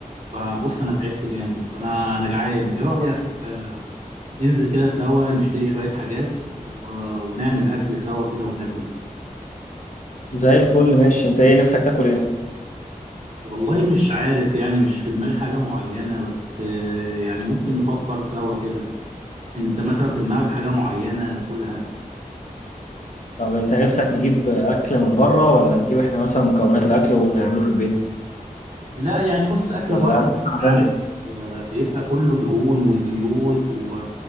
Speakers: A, on the right (about 55°); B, on the left (about 60°).
A: فبص انا تعبت جامد فانا انا جعان ايه رأيك آه، ننزل كده سوا نشتري شوية حاجات و... ونعمل أكل سوا كده وناكل
B: زي الفل ماشي انت ايه نفسك تاكل ايه
A: والله مش عارف يعني مش في دماغي حاجة معينة بس آه، يعني ممكن نفكر سوا كده أنت مثلا في دماغك حاجة معينة ناكلها
B: طب انت نفسك نجيب اكل من بره ولا نجيب احنا مثلا مكونات الاكل ونعمله في البيت
A: لا يعني بص أكل
B: ولا
A: بره
B: انت
A: أنت
B: تعبان
A: عارف آه، بيبقى كله دهون وزيوت و...